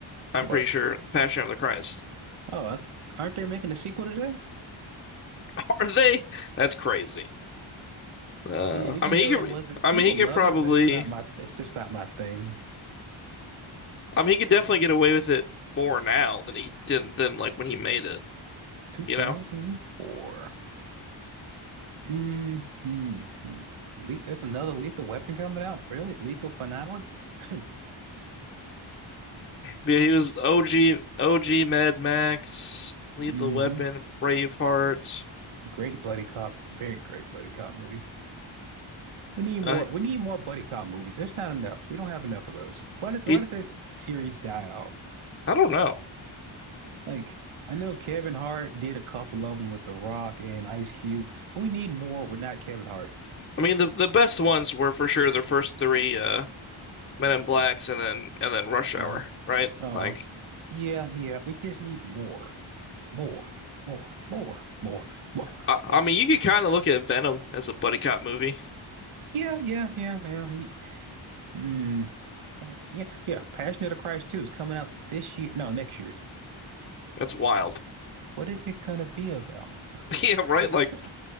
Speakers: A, on the left; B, on the right.
A: I'm
B: What?
A: pretty sure Passion of the Christ.
B: Oh, I, aren't they making a sequel to that?
A: <laughs> Are they? That's crazy. Uh
B: Yeah, even
A: I mean
B: though
A: he
B: it
A: could
B: wasn't,
A: I
B: people
A: mean he could
B: love
A: probably
B: it, but it's not my, it's just not my thing.
A: I mean, he could definitely get away with it more now than he did than like when he made it,
B: 2004.
A: you know?
B: Mm-hmm. Le there's another Lethal Weapon coming out. Really? Lethal Finale? <laughs> uh,
A: Yeah, he was OG OG Mad Max, Lethal
B: mm-hmm.
A: Weapon, Braveheart.
B: Great buddy cop. Very great buddy cop movie. We need more.
A: Uh,
B: We need more buddy cop movies. There's not enough. We don't have enough of those. Why did why
A: he
B: did that series die out?
A: I don't know.
B: Like I know Kevin Hart did a couple of them with The Rock and Ice Cube, but we need more with not Kevin Hart.
A: I mean, the the best ones were for sure the first three uh Men in Blacks and then and then Rush
B: Uh-huh.
A: Hour, right?
B: Uh-huh.
A: Like
B: Yeah, yeah. We just need more. More. More. More. More. More. <laughs>
A: I, I mean, you could kind of look at Venom as a buddy cop movie.
B: Yeah, yeah, yeah, yeah. He, mm, uh, yeah, yeah. Passion of the Christ 2 is coming out this year. No, next year.
A: That's wild.
B: What is it gonna be about?
A: <laughs> Yeah, right?
B: <laughs>
A: Like